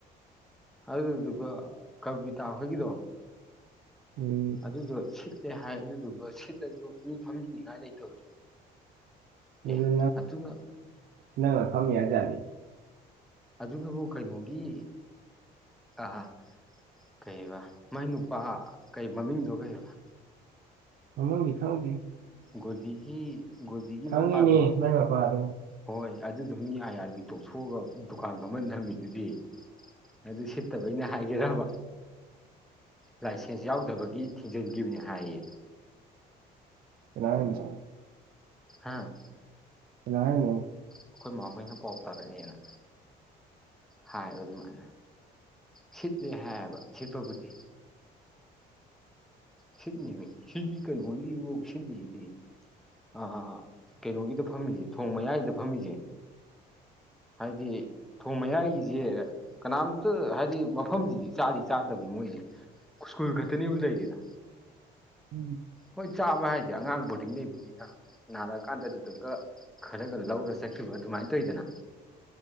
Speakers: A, in the centre; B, on the right (about 65°).
A: ꯑꯗꯨꯗꯨꯒ ꯀꯕꯤꯇꯥ ꯍꯣꯏꯒꯤꯗꯣ
B: ꯎ
A: ꯑꯗꯨꯗꯣ ꯁꯤꯠꯂꯦ ꯍꯥꯏ ꯑꯗꯨꯗꯨꯒ ꯁꯤꯠꯂꯁꯨ ꯃꯤ ꯐꯝꯃꯤꯅꯤꯉꯥꯏ ꯂꯩꯇꯕꯗꯣ
B: ꯀ
A: ꯑꯦ
B: ꯅ
A: ꯑꯗꯨꯅ
B: ꯅꯅꯥꯥ ꯐꯥꯝꯃꯦꯌꯥꯅꯤ
A: ꯑꯗꯨꯅꯕꯨ ꯀꯩꯅꯣꯒꯤ ꯑꯥ ꯀꯩꯕ ꯃꯥꯏ ꯅꯨꯄꯥ ꯀꯩ ꯃꯃꯤꯡꯗꯣ ꯀꯩꯕ
B: ꯃꯃꯨꯡꯗꯤ ꯈꯪꯗꯦ
A: ꯒꯣꯗꯤꯒꯤ ꯒꯣꯗꯤꯒꯤ
B: ꯈꯪꯉꯤꯅꯦ
A: ꯃꯄꯥꯗꯣ
B: ꯃꯥꯏ ꯃꯄꯥꯗꯨ
A: ꯍꯣꯏ ꯑꯗꯨꯗ ꯃꯤ ꯑꯥꯏ ꯑꯥꯔ ꯕꯤ ꯇꯣꯛꯊꯣꯛꯑꯒ ꯗꯨꯀꯥꯟ ꯐꯝꯃꯟ ꯊꯝꯃꯤꯗꯨꯗꯤ ꯑꯗꯨ ꯁꯤꯠꯇꯕ ꯑꯩꯅ ꯍꯥꯏꯒꯦꯔꯕ ꯂꯥꯏꯁꯦꯟꯁ ꯌꯥꯎꯗꯕꯒꯤ ꯊꯤꯡꯖꯤꯟꯈꯤꯕꯅꯤ ꯍꯥꯏꯌꯦ
B: ꯅꯥꯁ
A: ꯍꯥꯥ
B: ꯌꯥꯥꯏꯅ
A: ꯑꯩꯈꯣꯏ ꯃꯥ ꯍꯣꯏꯅ ꯄꯥꯎ ꯇꯥꯔꯛꯑꯦꯅ ꯍꯥꯏꯕ ꯑꯗꯨꯃꯥꯏꯅ ꯁꯤꯠꯂꯦ ꯍꯥꯏꯌꯦꯕ ꯁꯤꯠꯄꯕꯨꯗꯤ ꯁꯤꯠꯅꯤꯕꯅꯤ ꯁꯤꯗꯤ ꯀꯩꯅꯣꯒꯤꯗꯤ ꯁꯤꯂꯤꯁꯤꯗꯤ ꯑꯥ ꯀꯩꯅꯣꯒꯤꯗ ꯐꯝꯃꯤꯁꯦ ꯊꯣꯡ ꯃꯌꯥꯏꯒꯤꯗ ꯐꯝꯃꯤꯁꯦ ꯍꯥꯏꯗꯤ ꯊꯣꯡ ꯃꯌꯥꯏꯒꯤꯁꯦ ꯀꯅꯥꯝꯇ ꯍꯥꯏꯗꯤ ꯃꯐꯝꯁꯤꯗꯤ ꯆꯥꯗꯤ ꯆꯥꯗꯕꯅꯤ ꯃꯣꯏꯁꯦ ꯁ꯭ꯀꯨꯜ ꯈꯛꯇꯅꯦꯕꯨ ꯂꯩꯔꯤꯗ
B: ꯎꯝ
A: ꯍꯣꯏ ꯆꯥꯕ ꯍꯥꯏꯁꯦ ꯑꯉꯥꯡꯕꯨꯗꯤꯡ ꯂꯩꯕꯅꯤꯅ ꯅꯥꯔꯛꯑꯀꯥꯟꯗ ꯑꯗꯨꯗꯒ ꯈꯔꯒ ꯂꯧꯔ ꯆꯠꯈꯤꯕ ꯑꯗꯨꯃꯥꯏꯅ ꯇꯧꯋꯤꯗꯅ